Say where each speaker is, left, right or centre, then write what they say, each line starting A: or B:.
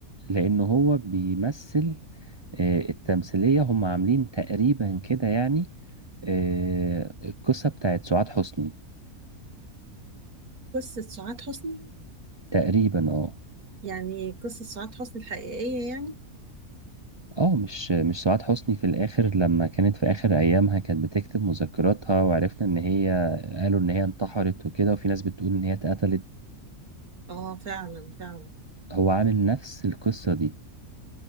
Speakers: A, on the right; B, on the right.
A: لأنه هو بيمثل آه، التمثيلية هم عاملين تقريبا كده يعني آه، القصة بتاعت سعاد حسني
B: قصة سعاد حسني
A: تقريبا اه
B: يعني قصة سعاد حسني الحقيقية يعني
A: اه مش مش سعاد حسني في الاخر لما كانت في اخر ايامها كانت بتكتب مذكراتها وعرفنا ان هي قالوا ان هي انتحرت وكده وفي ناس بتقول ان هي اتقتلت
B: اه فعلا فعلا
A: هو عامل نفس القصة دي